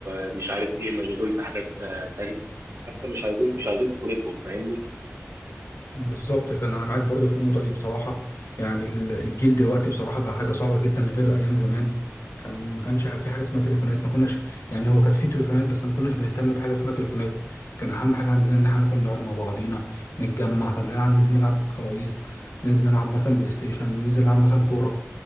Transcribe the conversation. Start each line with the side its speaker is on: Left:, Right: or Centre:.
Right: آه، مش عارف ايه مشغول في حاجات آه، تانية حتى مش عايزين مش عايزين طفولتهم فاهمني
Left: بالظبط فانا معاك برضو في النقطه دي بصراحه يعني ال- الجيل دلوقتي بصراحه بقى حاجه صعبه جدا غير ايام زمان كان ما كانش في حاجه اسمها تليفونات ما كناش يعني هو كانت في تليفونات بس ما كناش بنهتم بحاجه اسمها تليفونات كان اهم حاجه عندنا ان احنا مثلا نقعد مع بعضينا نتجمع طب نلعب ننزل نلعب خلاويص ننزل نلعب مثلا بلاي ستيشن ننزل نلعب مثلا كوره